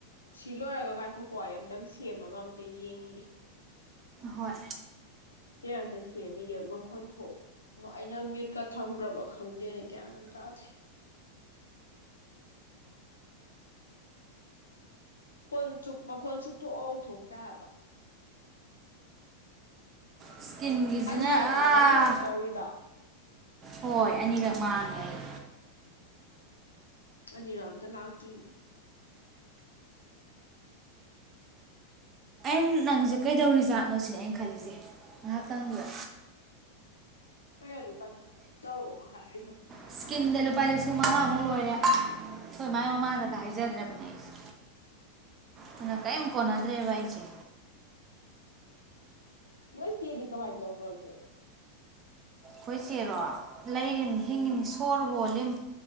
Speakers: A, on the left (about 75°); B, on the right (about 25°).
A: ꯁꯤ ꯂꯣꯏꯔꯒ ꯀꯥꯏꯈꯣꯀꯣ ꯑꯩ ꯑꯃꯝꯇꯪ ꯁꯦꯝꯃꯒ ꯑꯝꯇ ꯌꯦꯡꯉꯒꯦ
B: ꯍꯣꯏ
A: ꯑꯝꯇ ꯁꯦꯝꯃꯤꯒꯦ ꯃꯈꯣꯟ ꯊꯣꯛ ꯑꯩꯅ ꯃꯤꯌꯨꯠꯀ ꯊꯝꯒ꯭ꯔꯕ ꯈꯪꯗꯦꯅ ꯒ꯭ꯌꯥꯟ ꯑꯝ ꯇꯥꯗꯦ ꯐꯣꯟ ꯁꯨꯛ ꯃꯈꯣꯟ ꯁꯨꯛꯊꯣꯛꯑꯣ ꯊꯣꯛꯇꯕ ꯍꯥꯏꯕ
B: ꯏꯁꯀꯤꯟꯒꯤꯁꯤꯅ
A: ꯑꯅꯤꯔꯛꯂ
B: ꯑꯥ
A: ꯅꯪ ꯍꯧꯖꯤꯛ ꯇꯧꯔꯤꯗꯣ
B: ꯍꯣꯏ ꯑꯅꯤꯔꯛ ꯃꯥꯡꯉꯦ ꯑꯩ
A: ꯑꯅꯤꯔꯥ ꯑꯝꯇ ꯂꯥꯛꯇ꯭ꯔꯤꯅꯦ
B: ꯑꯩꯅ ꯅꯪꯁꯦ ꯀꯩꯗꯧꯔꯤꯖꯥꯠꯅꯣ ꯁꯤꯅꯦ ꯑꯩꯅ ꯈꯜꯂꯤꯁꯦ ꯉꯥꯏꯍꯥꯛꯇꯪꯗꯨꯗ
A: ꯐꯔꯦ ꯑꯗꯨ ꯄꯥꯏꯈꯠ ꯇꯧꯔꯛꯑꯣ ꯍꯥꯏꯗꯣ
B: ꯏꯁꯀꯤꯝꯗ ꯂꯨꯄꯥ ꯂꯤꯁꯤꯡ ꯃꯉꯥꯃꯨꯛ ꯂꯣꯏꯔꯦ ꯑꯩꯈꯣꯏ ꯃꯥꯏ ꯃꯃꯥꯡꯗ ꯍꯥꯏꯖꯗ꯭ꯔꯕꯅꯦ ꯑꯩꯁꯦ ꯑꯗꯨꯅ ꯀꯔꯤꯝ ꯀꯣꯟꯅꯗ꯭ꯔꯦꯕ ꯑꯩꯁꯦ
A: ꯅꯣꯏ ꯆꯦꯗꯤ ꯀꯃꯥꯏꯅ ꯇꯧꯈ꯭ꯔꯒꯦ
B: ꯍꯣꯏ ꯆꯦꯔꯣ ꯂꯩꯔꯤꯟ
A: ꯎꯝ
B: ꯍꯤꯡꯉꯤꯅꯤ ꯁꯣꯔ ꯍꯣꯜꯂꯤꯝ